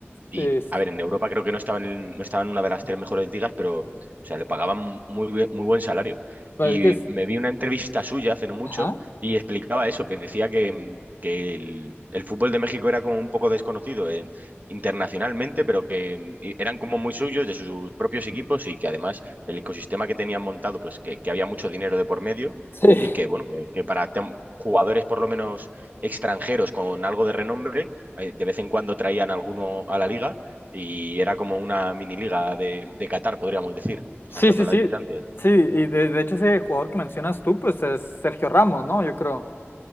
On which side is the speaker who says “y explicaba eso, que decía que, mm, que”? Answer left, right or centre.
Right